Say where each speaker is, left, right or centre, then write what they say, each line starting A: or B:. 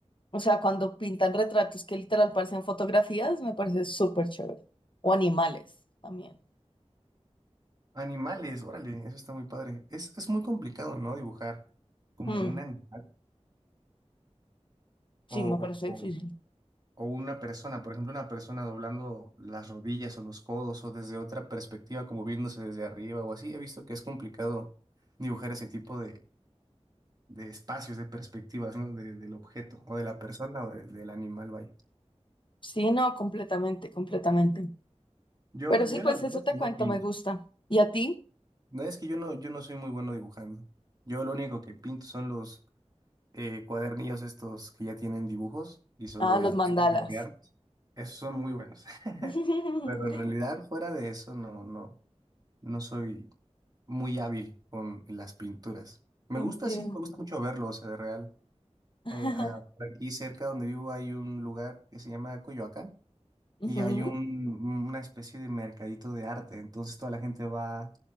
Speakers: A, on the left; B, on the right.
A: o sea, cuando pintan retratos que literal parecen fotografías, me parece súper chévere. O animales también.
B: Animales, órale, eso está muy padre. Es, es muy complicado, ¿no? Dibujar como
A: Mm,
B: un animal
A: sí,
B: o,
A: me parece
B: o-
A: difícil.
B: o- o una persona. Por ejemplo, una persona doblando las rodillas o los codos o desde otra perspectiva, como viéndose desde arriba o así. He visto que es complicado dibujar ese tipo de espacios, de perspectivas, ¿no? De- del objeto o de la persona o de- del animal, vaya.
A: Sí, no, completamente, completamente.
B: Yo,
A: Pero sí,
B: yo
A: pues
B: la verdad
A: eso
B: es
A: te
B: que
A: cuento,
B: no pinto.
A: me gusta. ¿Y a ti?
B: No es que yo no, yo no soy muy bueno dibujando. Yo lo único que pinto son los eh, cuadernillos estos que ya tienen dibujos y solo
A: Ah,
B: eh,
A: los mandalas.
B: hay que colorearlos. Esos son muy buenos.
A: <laughs>
B: <laughs> Pero en realidad, fuera de eso, no, no, no soy muy hábil con las pinturas. Me
A: Entiendo.
B: gusta, sí, me gusta mucho verlo, o sea, de real.
A: <laughs>
B: Eh, a- por aquí cerca donde vivo hay un lugar que se llama Coyoacán
A: Ujú.
B: y hay un, una especie de mercadito de arte. Entonces toda la gente va